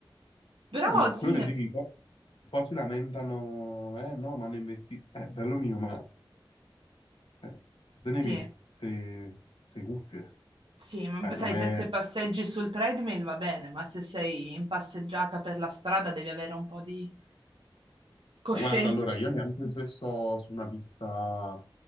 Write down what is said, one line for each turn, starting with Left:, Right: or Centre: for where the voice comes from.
Right: Però
Left: No, mi-
Right: sì,
Left: quello che dici, qua, qua si lamentano, eh no, ma hanno investito, eh, bello mio, ma eh, te
Right: sì.
Left: ne hai viste queste cuffie?
Right: Sì, ma
Left: Eh,
Right: sai,
Left: non è...
Right: se, se
Left: ma
Right: passeggi sul treadmill va bene, ma se sei in passeggiata per la strada devi avere un po' di coscienza.
Left: Guarda, allora, io neanche se sto su una pista